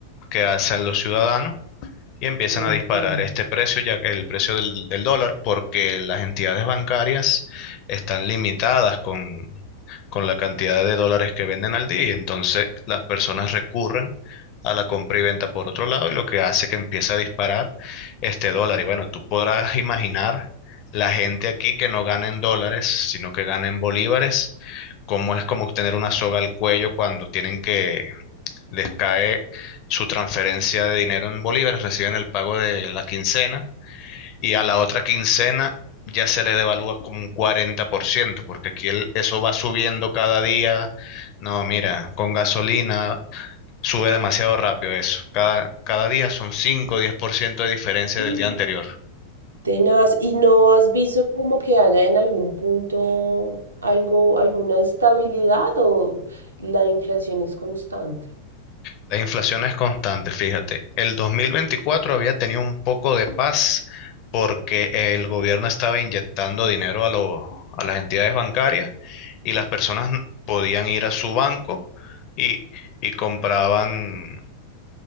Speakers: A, on the left (about 40°); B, on the right (about 75°).
A: que hacen los ciudadanos y empiezan
B: tal
A: a disparar
B: cual.
A: este precio, ya que el precio del, del dólar, porque las entidades bancarias están limitadas con, con la cantidad de dólares que venden al día y entonces las personas recurren a la compra y venta por otro lado y lo que hace que empiece a disparar este dólar. Y bueno, tú podrás imaginar la gente aquí que no gana en dólares, sino que gana en bolívares, cómo es como tener una soga al cuello cuando tienen que les cae su transferencia de dinero en bolívares, reciben el pago de la quincena y a la otra quincena ya se le devalúa como un 40% porque aquí el- eso va subiendo cada día. No, mira, con gasolina sube demasiado rápido eso. Cada, cada día son 5 o diez por ciento de diferencia
B: <gasps>
A: del día anterior.
B: Tenaz, ¿y no has visto como que haya en algún punto algo, alguna estabilidad o la inflación es constante?
A: La inflación es constante, fíjate. El 2024 había tenido un poco de paz porque el gobierno estaba inyectando dinero a los- a las entidades bancarias y las personas n- podían ir a su banco y, y compraban,